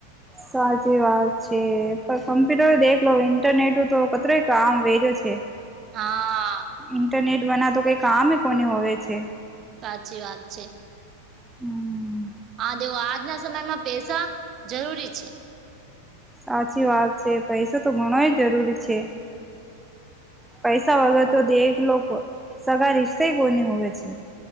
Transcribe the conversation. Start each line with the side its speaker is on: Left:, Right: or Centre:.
Centre: સાચી વાત છે પણ કમ્પ્યુટર દેખ લો ઇન્ટરનેટ તો કતરોય આમ વેજો છે.
Right: હા.
Centre: ઇન્ટરનેટ બનાવ તો કઈ કામ કોને હોવે છે.
Right: સાચી વાત છે.
Centre: હમ
Right: હા દેવો આજના સમયમાં પૈસા જરૂરી છે.
Centre: સાચી વાત છે પૈસો તો ઘણોય જરૂરી છે. પૈસા વગર તો દલો સગા રિશ્તે કોને હોવે છે.